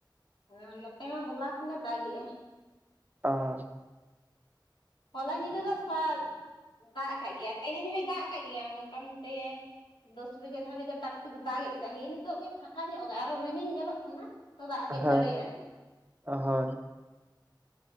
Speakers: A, on the left; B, on the right.
A: ᱦᱮᱸ ᱱᱚᱛᱮ ᱦᱚᱞᱟ ᱠᱷᱚᱱᱮ ᱫᱟᱜᱮᱜᱼᱟ᱾
B: ᱟ
A: ᱦᱚᱞᱟ ᱧᱤᱫᱟᱹ ᱫᱚ ᱥᱟᱫᱽ ᱫᱟᱜ ᱟᱠᱟᱫ ᱜᱮᱭᱟ, ᱛᱮᱦᱮᱧ ᱦᱚᱸᱭ ᱫᱟᱜ ᱟᱠᱟᱫ ᱜᱮᱭᱟ ᱢᱚᱴᱟᱢᱩᱴᱤ ᱫᱚᱥ ᱵᱟᱡᱮ ᱫᱷᱟᱹᱵᱤᱡ ᱫᱚ ᱴᱟᱠ ᱴᱚᱠ ᱫᱟᱜᱮᱫ ᱠᱮᱫᱟ ᱱᱤᱭᱟᱹ ᱱᱤᱛᱚᱜ ᱜᱮ ᱯᱷᱟᱸᱠᱟ ᱧᱚᱜ ᱟᱠᱟᱜᱼᱟᱭ ᱟᱨᱚ ᱨᱤᱢᱤᱞ ᱧᱮᱞᱚᱜ ᱠᱟᱱᱟ᱾ ᱛᱚ ᱫᱟᱜ ᱦᱮᱡ
B: ᱦᱮᱸ,
A: ᱫᱟᱲᱮᱭᱟᱜᱼᱟ
B: ᱦᱳᱭ ᱾